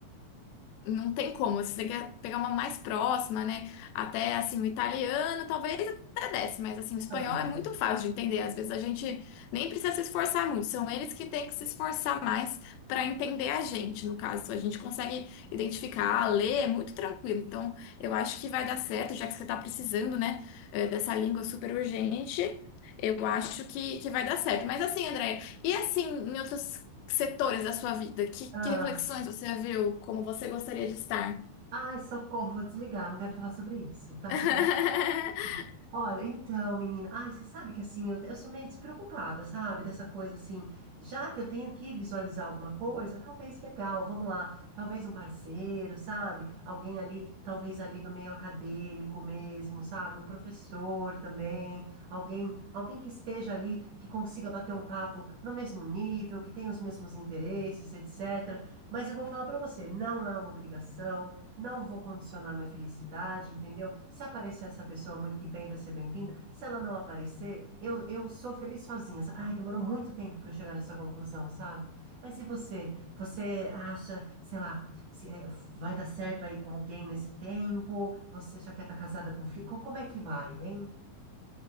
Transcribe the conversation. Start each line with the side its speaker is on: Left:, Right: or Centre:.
Left: Não tem como, se você quer pegar uma mais próxima, né? Até assim, o italiano talvez até desce, mas assim, o
Right: Ah,
Left: espanhol é muito fácil de entender. Às vezes a gente nem precisa se esforçar muito, são eles que têm que se esforçar mais para entender a gente. No caso, a gente consegue identificar, ler, é muito tranquilo. Então, eu acho que vai dar certo, já que você está precisando, né, eh, dessa língua super urgente. Eu acho que, que vai dar certo. Mas assim, Andréia, e assim, em outros que setores da sua vida? Que,
Right: ah.
Left: que reflexões você viu? Como você gostaria de estar?
Right: Ai, socorro, vou desligar, não quero falar sobre isso, tá?
Left: <laughs>
Right: Tô Hum. Olha, então, menina, ai, você sabe que assim, eu, eu sou meio despreocupada, sabe? Dessa coisa assim, já que eu tenho que visualizar alguma coisa, talvez legal, vamos lá, talvez um parceiro, sabe? Alguém ali, talvez ali do meio acadêmico mesmo, sabe? Um professor também, alguém, alguém que esteja ali, que consiga bater um papo no mesmo nível, que tenha os mesmos interesses, etc. Mas eu vou falar pra você, não é uma obrigação. Não vou condicionar minha felicidade, entendeu? Se aparecer essa pessoa muito que bem, vai ser bem-vinda. Se ela não aparecer, eu, eu sou feliz sozinha. sa- Ai, demorou muito tempo para eu chegar nessa conclusão, sabe? Mas e você? Você acha, sei lá, se, é, vai dar certo aí com alguém nesse tempo? Você já quer estar casada com filho? Co- Como é que vai, hein?